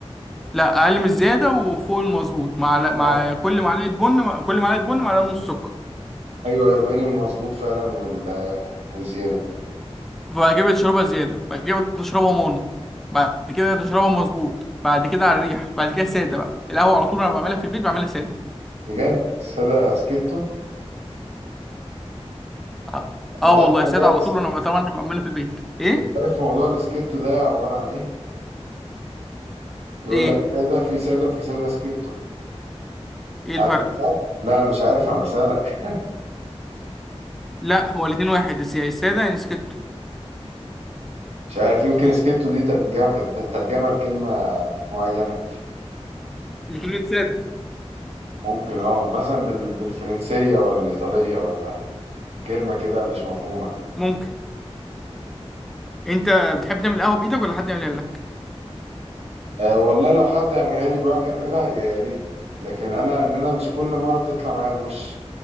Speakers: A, in the centre; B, on the right.
A: لا اقل من الزياده وفوق المظبوط مع مع
B: اه
A: كل معلقه بن كل معلقه بن معلقه ونص سكر
B: ايوه ايوه بين المظبوط فعلا وال والزياده
A: بعد كده بتشربها زياده بعد كده بتشربها مونو بعد كده تشربها مظبوط بعد كده على الريح بعد كده ساده بقى القهوه على طول انا بعملها في البيت بعملها ساده
B: بجد ساده سكتو
A: اه آه
B: انت
A: والله
B: عارف موضوع
A: ساده على طول وانا بتمنى بعملها في البيت ايه
B: انت عارف موضوع السكيتو ده عبارة عن ايه؟ يقول
A: ايه
B: لك سادة في سادة وفي سادة سكيتو
A: ايه الفرق
B: عارف الفرق؟ لا انا مش عارف انا بسألك
A: لا هو الاتنين واحد الس- الساده يعني سكتو
B: مش عارف يمكن سكيتو دي ترجمة ترجمة لكلمة معينة
A: الاتنين ساده
B: ممكن اه مثلا بال... بالفرنسية ولا الإيطالية ولا كلمة كده مش مفهومة
A: ممكن انت بتحب تعمل قهوه بايدك ولا حد يعملها لك
B: آه والله لو حد يعملها لي وبيعرف يعملها يا يا ريت لكن انا ان انا مش كل مرة بتطلع معايا بوش